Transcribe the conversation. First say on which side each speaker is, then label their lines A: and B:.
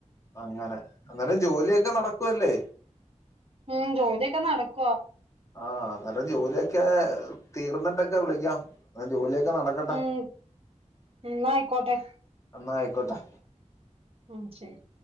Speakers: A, on the left; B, on the right.
A: അങ്ങനെ അന്നേരം ജോലിയൊക്കെ നടക്കുല്ലേ
B: ഉം ജോലിയൊക്കെ നടക്കുവാ
A: ആഹ് അന്നേരം ജോലിയൊക്കെ തീർന്നിട്ടൊക്കെ വിളിക്കാം ജോലിയൊക്കെ നടക്കട്ടെ
B: ഉം എന്നാ ആയിക്കോട്ടെ
A: എന്നാ അയ് ക്കോട്ടേ
B: ഉം ശരി